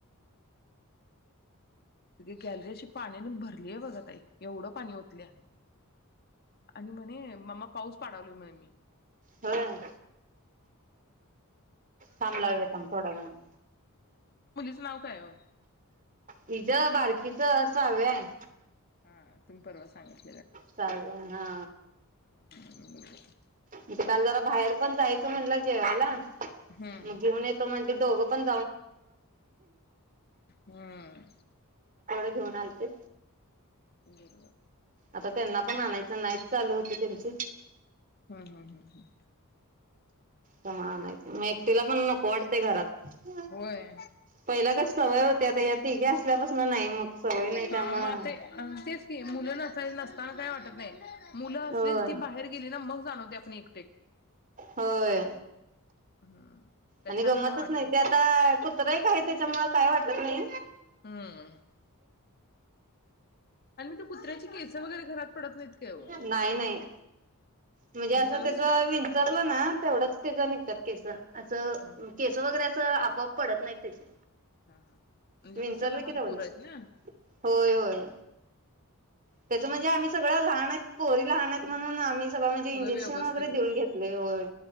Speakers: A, on the left; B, on the right.
A: सगळी गॅलरी अशी पाण्याने भरलीय बघा ताई एवढं पाणी ओतल्या आणि म्हणे ममा पाऊस पाडा लोय म्हण
B: होय थांब लावुया थांब थोड्यावेळाने
A: तुमचं नाव काय ओ?
B: हिज बारकीच सहाव्या ये
A: हा तुम्हि परवा सांगितले
B: साव्या हा
A: ह <unintelligible>
B: म्हणजे काल जरा बाहेर पण जायचं म्हणलं जेवायला
A: हम्म
B: मग घेऊन येतो म्हणले दोघं पण
A: हम्म
B: घेऊन आलते
A: बरोबर.
B: आता त्यांना पण आणायचं नाहीच चालू होत त्यांच
A: हम हम् हम् हम्
B: तवा आणायचं म एकटीला पण नको वाटते घरात
A: होय
B: पहिला कस सवय होते आता या तिघी असल्यापासून नाही मग सवय नाही त्यामूळ
A: हा मग आता तेच की मुलं नसाय नसताना काय वाटत नाही मुलं असलेत
B: होय
A: की बाहेर गेली ना मग जाण होते आप एक <unintelligible>
B: होय
A: हम्म त्याच्या
B: आणि गमतच
A: आधी काय वाटत
B: नाही ते आता कुत्र एक हाय त्याच्यामुळ काय वाटत नाही
A: हम्म आणि मी त्या कुत्र्याची केस वगैरे घरात पडत नाहीत काय ओ
B: नाही नाही म्हणजे असं
A: त्याला
B: तेच
A: स-
B: विंचरल ना तेवढंच तेच निघत्यात केस असं
A: हा हा
B: केस वगैरे असं मग पडत नाही त्याची
A: हा हा म्हणजे
B: विंचरलं
A: कस लहान
B: की तेवढीच
A: पोर आहेत ना
B: होय होय. त्याचं म्हणजे आम्ही सगळे लहान आहेत पोरी लहान आहेत म्हणून आम्ही तवा म्हणजे
A: सगळं
B: इंजेक्शन
A: व्यवस्थित
B: वगैरे देऊन
A: आहे.
B: घेतलंय. होय